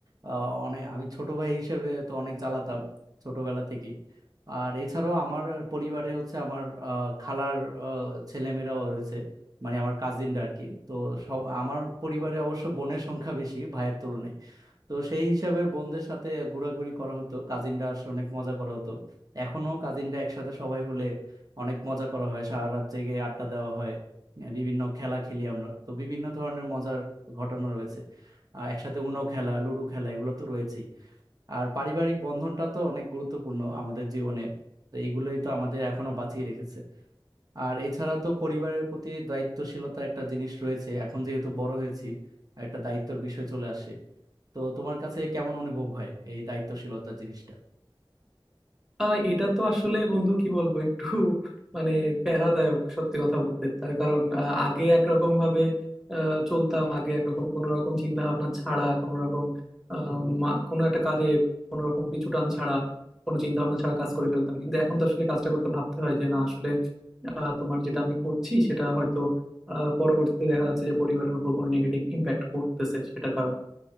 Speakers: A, on the right; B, in the centre.
A: আহ, অনেক আমি ছোট ভাই হিসেবে তো অনেক জ্বালাতাম ছোটবেলা থেকেই আর এছাড়াও আমার পরিবারে হচ্ছে আমার আহ, খালার আহ, ছেলেমেয়েরাও রয়েছে মানে আমার কাজিনরা আর কি তো সব আমার পরিবারে অবশ্য বোনের সংখ্যা বেশি ভাইয়ের তুলনায় তো সেই হিসাবে বোনদের সাথে ঘোরাঘুরি করা হতো কাজিনরা আসলে অনেক মজা করা হতো এখনো কাজিনরা একসাথে সবাই হলে অনেক মজা করা হয় সারা রাত জেগে আড্ডা দেওয়া হয় আহ, বিভিন্ন খেলা খেলি আমরা তো বিভিন্ন ধরনের মজার ঘটনা রয়েছে আর একসাথে উনো খেলা লুডো খেলা এগুলো তো রয়েছেই আর পারিবারিক বন্ধনটা তো অনেক গুরুত্বপূর্ণ আমাদের জীবনে তো এগুলোই তো আমাদের এখনো বাঁচিয়ে রেখেছে আর এছাড়া তো পরিবারের প্রতি দায়িত্বশীলতা একটা জিনিস রয়েছে এখন যেহেতু বড় হয়েছি একটা দায়িত্বের বিষয় চলে আসে তো তোমার কাছে কেমন অনুভব হয় এই দায়িত্বশীলতা জিনিসটা
B: আহ এটা তো আসলে বন্ধু কি বলবো একটু মানে প্যারাদায়ক সত্যি কথা বলতে তার কারণ আহ, আগে একরকম ভাবে আহ, চলতাম আগে একরকম কোনো রকম চিন্তা ভাবনা ছাড়া কোনো রকম আহ, মা- কোনো একটা কাজে কোনো রকম পিছু টান ছাড়া কোনো চিন্তা ভাবনা ছাড়া কাজ করে ফেলতাম কিন্তু এখন তো আসলে কাজটা করতে ভাবতে হয় যে না আসলে আহ, তোমার যেটা আমি করছি সেটা হয়তো আহ, পরবর্তীতে দেখা যাচ্ছে যে পরিবারের উপর কোনো নেগেটিভ ইম্প্যাক্ট পড়তেছে সেটার কারণে